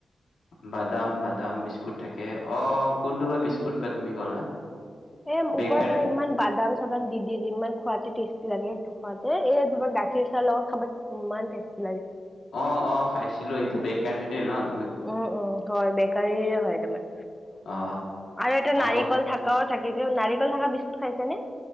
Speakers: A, on the left (about 90°); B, in the centre.
A: বাদাম বাদাম বিস্কুট থাকে অ কোনটো বা বিস্কুট বা তুমি ক'লা।
B: এ
A: বেকাৰ
B: ওপৰৰ পৰা ইমান বাদাম চাদাম দি দিয়ে যে ইমান খুৱতে টেষ্টি লাগে সেইটো খুৱতে এ তোমাৰ গাখীৰ, চাহৰ লগত খাবা ইমান টেষ্টী
A: অ অ খাইছিলো এইটো বেকাৰী দ নত,
B: উম উম হয় বেকাৰী হয় তোমাৰ।
A: অ
B: আৰু এটা নাৰিকল
A: আগত
B: থাকাও থাকাও যে নাৰিকল থাকা বিস্কুট খাইছে নে।